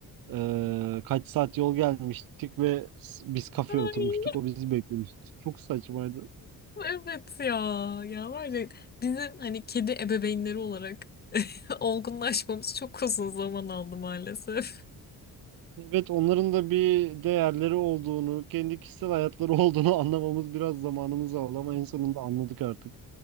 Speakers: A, on the right; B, on the left.
A: Ee, kaç saat yol gelmiştik ve s- biz kafeye
B: Ay.
A: oturmuştuk. O bizi beklemişti. Çok saçmaydı.
B: Evet ya. Ya var ya bizim hani kedi ebeveynleri olarak <laughs> olgunlaşmamız çok uzun zaman aldı maalesef.
A: Evet, onların da bir değerleri olduğunu, kendi kişisel hayatları olduğunu <laughs> anlamamız biraz zamanımızı aldı ama en sonunda anladık artık.